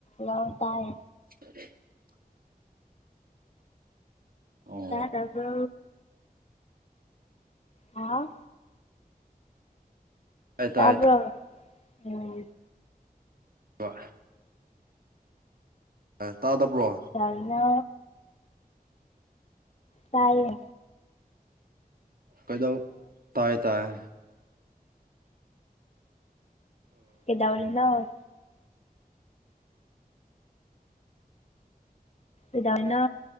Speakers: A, on the left (about 45°); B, on the right (about 70°).
A: ꯂ ꯇꯔ
B: ꯍ <unintelligible> ꯑꯣ
A: ꯇ ꯇꯕ ꯑ
B: ꯇꯥꯏ ꯇꯥꯏ
A: ꯇꯕ ꯎꯝ
B: ꯀ ꯇꯥꯗꯕ꯭ꯔꯣ
A: ꯑꯩꯅ ꯇꯌꯦꯦ
B: ꯀꯩꯗꯧ ꯇꯌꯦ ꯇꯌꯦ
A: ꯑꯦꯗ ꯑꯣꯏꯔꯅꯣ ꯑꯗꯨꯅ